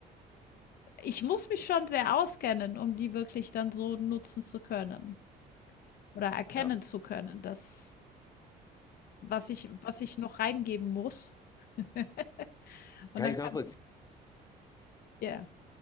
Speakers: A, on the left (about 65°); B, on the left (about 20°).
A: ich muss mich schon sehr auskennen, um die wirklich dann so nutzen zu können oder erkennen
B: Ja.
A: zu können, das was ich was ich noch reingeben muss. <laughs> Und
B: Kann
A: dann
B: ich nachvollziehen.
A: kann ich's ja,